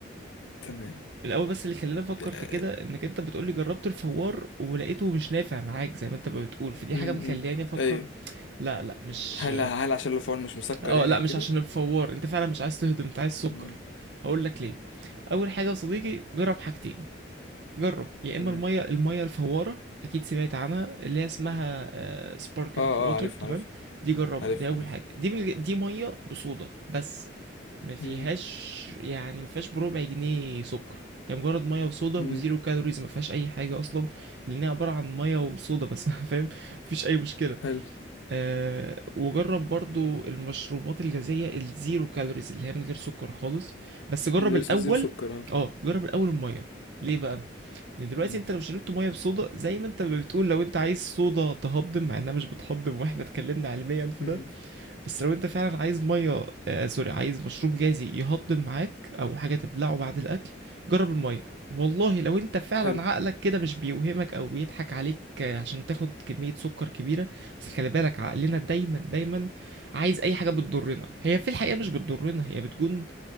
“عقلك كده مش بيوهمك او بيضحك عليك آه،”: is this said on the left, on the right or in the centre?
Right